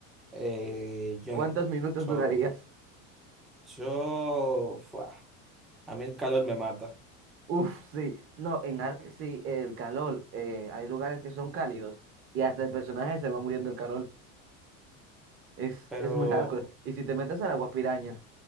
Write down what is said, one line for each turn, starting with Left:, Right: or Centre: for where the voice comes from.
Centre: eh, yo
Right: ¿Cuántos
Centre: no.
Right: minutos
Centre: Yo,
Right: durarías?
Centre: yo, fuah, a mí el calor me mata,
Right: Uf, sí, no, en Ark sí, el calor, eh, hay lugares que son cálidos y hasta el personaje se va muriendo el calor. Es,
Centre: pero
Right: es muy hardcore. Y si te metes al agua, pirañas